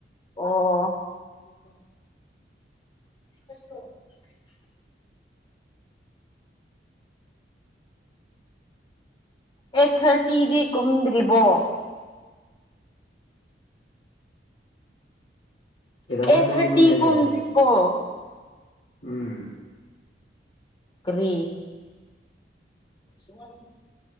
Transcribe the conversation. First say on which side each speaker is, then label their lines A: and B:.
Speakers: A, on the left; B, on the left.
A: ꯑꯣ
B: <inaudible>
A: <unintelligible> ꯑꯩꯠ ꯊꯥꯔꯇꯤꯗꯤ ꯀꯨꯝꯗ꯭ꯔꯤꯕꯣ
B: ꯑꯦꯗ
A: ꯑꯦꯠ
B: ꯀꯒꯤꯅꯤ
A: ꯊꯥꯔꯇꯤ
B: ꯍꯥꯏꯒꯦ
A: ꯀꯨꯝꯗ꯭ꯔꯤꯕꯣ
B: ꯎꯝ
A: ꯀꯔꯤ ꯁꯃꯥꯡ